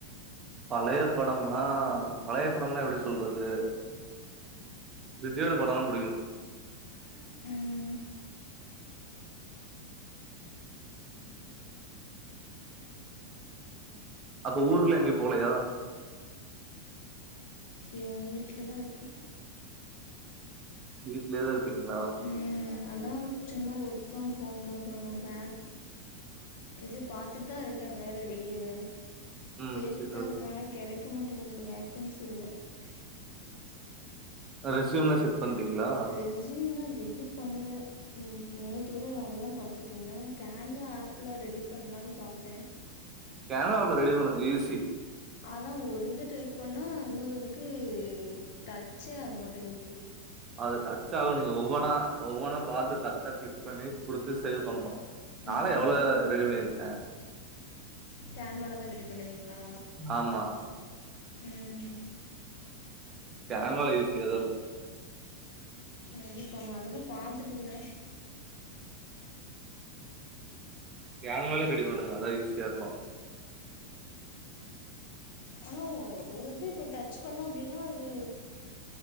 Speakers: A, on the right; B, on the left.
A: பழைய படம்லாம் பழைய படம்னா எப்டி சொல்றது விஜயோட இது படலாம் புடிக்கும்
B: ம்
A: அப்போ ஊருக்குலா எங்கியு போலையா
B: இல்லங்க வீட்லத இருக்கே
A: வீட்லயேதா இருப்பீங்களா
B: ம் அதான் சும்மா ஒர்க் ஃப்ரம் ஹோமு அப்றோ பேக் இது பாத்துட்டு தான் இருக்கே வேல வெளியவே
A: ம்
B: கேட்டுட்டுதான்
A: சரி ஓகே
B: இருக்கே ஆனா கெடைக் க மாட்டேங்குது வேகன்சி இல்ல <inaudible>
A: ரெஸ்யூம்லா செட் பண்ட்டீங்களா
B: ரெஸ்யூமு ரெடி பண்ணல ம் நேத்து கூட நா அதுதான் பாத்துட்டு இருந்தேன் கேன்வா ஆப்லா ரெடி பண்ணலான்னு பாத்தே
A: கேன்வா ஆஃப்ல ரெடி பண்ணுங்க ஈசி
B: அதான் ஒரு இது டைப் பண்ணா இன்னொரு இதுக்கு டச்சே ஆக மாட்டேங்கிது
A: அது டச்சாகும் நீங்க ஒவ்வொன்னா ஒவ்வொன்னா பாத்து கரெட்டா கிளிக் பண்ணி குடுத்து சேவ் பண்ணும் நானே
B: ம்
A: எவ்ளோ ரெடி பண்ணிருக்கேன்
B: கேன்வால தா ரெடி பண்ணுவீங்களா
A: ஆமா
B: ம்
A: கேன்வால ஈ சியாத தான் இருக்கும்
B: நா அதுதா பண்ணுவ அததான் பாத்துட்டு இருந்தேன்
A: கேன்வாலே ரெடி பண்ணுங்க அதா ஈஸியா இருக்கும்
B: ஆனா ஒரு இது இப்ப டச் பண்ணோம் அப்டின்னா அது